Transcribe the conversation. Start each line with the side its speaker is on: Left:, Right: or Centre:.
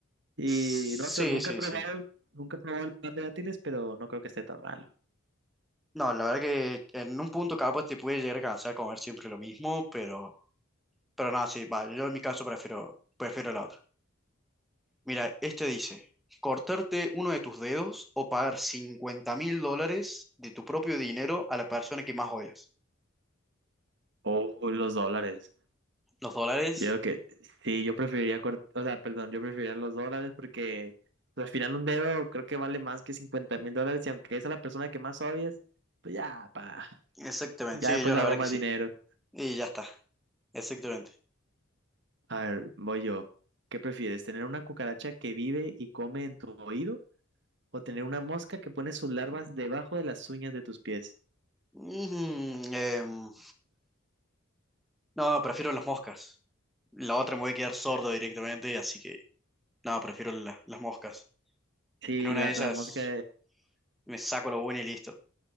Right: y
Centre: Sí,
Right: no sé, nunca
Centre: sí,
Right: he probado,
Centre: sí.
Right: nunca he probado el pan de dátiles, pero no creo que esté tan malo.
Centre: No, la verdad que en un punto capaz te puede llegar a cansar comer siempre lo mismo, pero, pero nada, sí, va, yo en mi caso prefiero, prefiero la otra. Mira, este dice, cortarte uno de tus dedos o pagar cincuenta mil dólares de tu propio dinero a la persona que más odias.
Right: Oh, los dólares.
Centre: Los dólares,
Right: Yo creo que sí, yo preferiría, cort- o sea, perdón, yo preferiría los dólares porque pues, al final un dedo creo que vale más que cincuenta mil dólares y aunque es a la persona que más odies, pues ya, pa,
Centre: exactamente,
Right: ya
Centre: sí,
Right: después
Centre: yo la
Right: hago
Centre: verdad
Right: más
Centre: que sí.
Right: dinero.
Centre: Y ya está. Exactamente.
Right: A ver, voy yo. ¿Qué prefieres? ¿Tener una cucaracha que vive y come en tu oído o tener una mosca que pone sus larvas debajo de las uñas de tus pies?
Centre: Mm, em, no, prefiero las moscas. La otra me voy a quedar sordo directamente, así que no, prefiero la- las moscas.
Right: Sí,
Centre: En una
Right: la,
Centre: de ellas
Right: la mosca
Centre: me saco lo bueno y listo.